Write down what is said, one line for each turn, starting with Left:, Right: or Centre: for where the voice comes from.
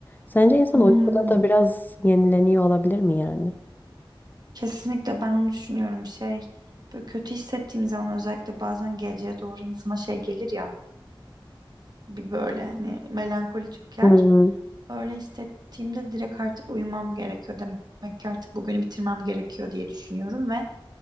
Left: Sence insan
Right: Hmm,
Left: uykuda da biraz yenileniyor olabilir mi yani?
Right: kesinlikle ben onu düşünüyorum. Şey böyle kötü hissettiğim zaman özellikle bazen geceye doğru insana şey gelir ya. Bir böyle hani melankoli çöker.
Left: Hmm.
Right: Öyle hissettiğimde direkt artık uyumam gerekiyor. Demek ki artık bugünü bitirmem gerekiyor diye düşünüyorum ve